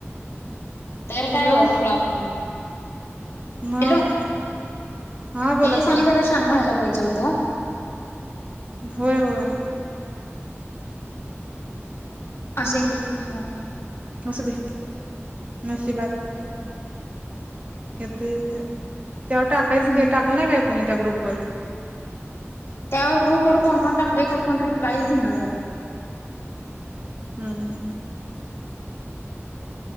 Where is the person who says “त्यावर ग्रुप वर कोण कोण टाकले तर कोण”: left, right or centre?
Left